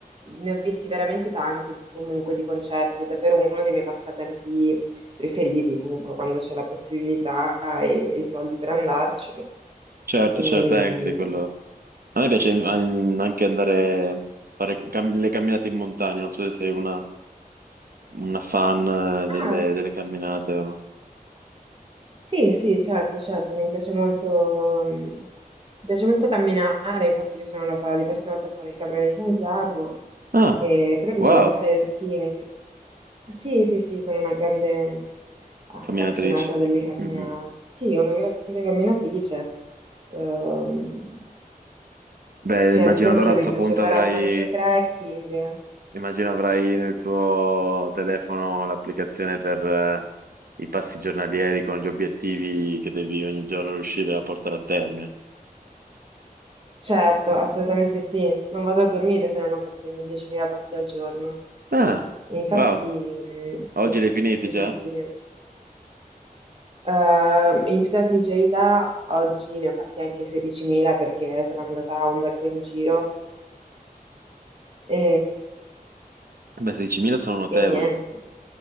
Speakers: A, on the right; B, on the right.
A: ne ho visti veramente tanti comunque di concerti, è davvero uno dei miei passatempi preferiti comunque quando c'è la possibilità e, e i soldi per andarci.
B: Certo,
A: Ehm,
B: certo, eh, sì, quello... A me piace mm, anche andare a fare cam- le camminate in montagna, non so se sei una, una fan eh, delle,
A: ah,
B: delle camminate o...
A: Sì, sì, certo, certo, mi piace molto, mm, mi piace molto camminare, infatti io sono andata diverse volte a fare il Cammino di Santiago,
B: Ah,
A: eh, però in
B: wow,
A: generale sì, mi pi- sì, sì, sì, sono una grande appassionata
B: camminatrice.
A: delle camminate,
B: Mm, mm.
A: sì, una grande camminatrice, Ehm,
B: Beh,
A: sì,
B: immagino
A: ad esempio
B: allora a sto
A: mi piace
B: punto
A: andare
B: avrai,
A: a fare trekking,
B: immagino avrai nel tuo telefono l'applicazione per eh, i passi giornalieri con gli obiettivi che devi ogni giorno riuscire a portare a termine.
A: certo, assolutamente sì, non vado a dormire se non ho fatto i miei 10.000 passi al giorno.
B: Ah,
A: E infatti,
B: wow,
A: eh, sì,
B: oggi li hai finiti
A: sì,
B: già?
A: sì, sì. Eh, in tutta sincerità, oggi ne ho fatti anche 16.000 perché sono andata un bel po' in giro e,
B: Beh, 16.000 sono notevoli.
A: e niente, sì.